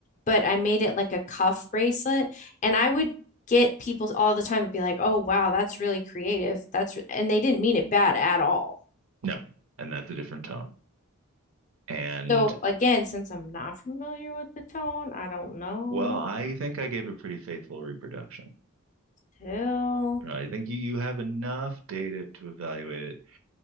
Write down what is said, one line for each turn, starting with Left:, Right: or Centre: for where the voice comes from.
Left: but I made it like a cuff bracelet and I would get people all the time and be like, "Oh wow, that's really creative." That's re-" and they didn't mean it bad at all.
Right: No. And that's a different tone. And
Left: So again, since I'm not familiar with the tone, I don't know.
Right: well, I think I gave a pretty faithful reproduction.
Left: Till.
Right: Right. I think you, you have enough data to evaluate it.